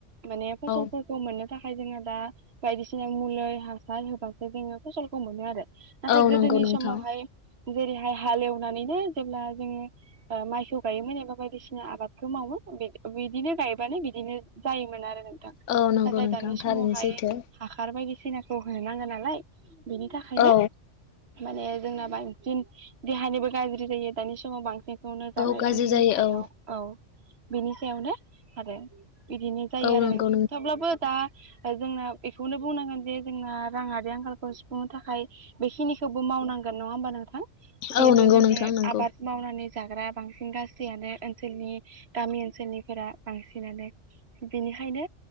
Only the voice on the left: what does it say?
औ
औ
नंगौ नोंथां
औ नंगौ
नोंथां
थारैनो
सैथो
औ
औ गाज्रि
जायो
औ
औ
नंगौ
औ नंगौ
नोंथां नंगौ